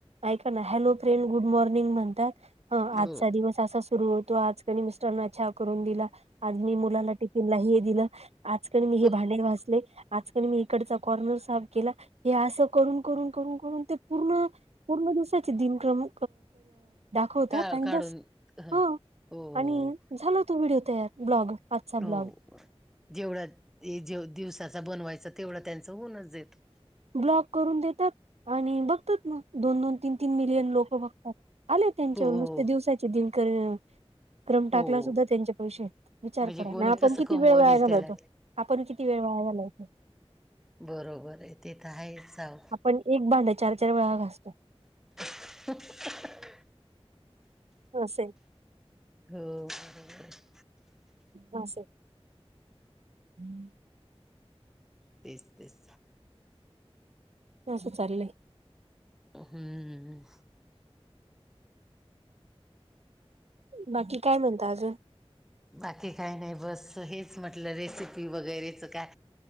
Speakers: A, on the right; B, in the centre.
A: ऐका ना हॅलो फ्रेंड गुड मॉर्निंग म्हणतात ह
B: हो
A: आजचा दिवस त सुरू होतो आज क मिस्टर न छ करून दिला आज मी मुलाला टिफिनलाही दिलं आजकाळी मी
B: हो.
A: हे भांडे भजले आजकाल मी इकडचा कॉर्नर साफ केला हे असं करून करून करून करून ते पूर्ण पूर्ण दिवसाचे दिनक्रमा होत
B: का
A: नाही
B: काढून
A: बस
B: ह.
A: हो
B: हो हो
A: आणि
B: हो.
A: झाला तू व्हिडिओ तयार ब्लॉग आजचा
B: हो
A: ब्लॉग
B: जेवढा जे दिवसाचा बनवायचा तेवढा त्यांचं होऊनच देतो
A: ब्लॉक करून देतात आणि बघतात मग दोन दोन तीन तीन मिलियन लोक बघतात आले त्यांच्यावर
B: हो
A: नुसते
B: हो
A: दिवसाचे दिनकर क्रम टाकला
B: हो
A: सुद्धा त्यांचे पैसे विचार
B: म्हणजे
A: करा
B: कोणी
A: आणि आपण
B: कसं
A: किती
B: कमवेल
A: वेळ वगलातो
B: त्याला
A: आपण किती वेळ वळाय झालाय
B: बरोबर आहे तेथ आहे जाव
A: आपण एक बांड चार चार वेळा घासतो
B: ह
A: हा से
B: हो बरोबर आहे
A: हां स हम्म
B: तेच तेच
A: अससं चालले
B: हम्म
A: बाकी काय म्हणत आजं
B: बाकी काही नाही बस हेच म्हटलं रेसिपी वगैरेचं काय